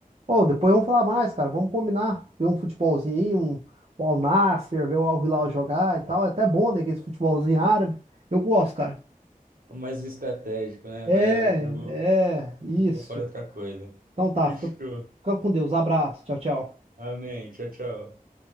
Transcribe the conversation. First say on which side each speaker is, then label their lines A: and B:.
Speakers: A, on the right (about 45°); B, on the right (about 70°).
A: Ô, depois vamos falar mais, cara. Vamos combinar. Ver um futebolzinho aí, um, um Al Nassr, ver o Al Hilal jogar e tal. É até bom, né? Que esse futebolzinho árabe. Eu gosto, cara.
B: mais estratégico, né?
A: É,
B: Mas o jogo
A: é, isso.
B: pra fora é outra coisa.
A: Então tá,
B: Fechou.
A: fica, fica com Deus. Abraço. Tchau, tchau.
B: Amém. Tchau, tchau.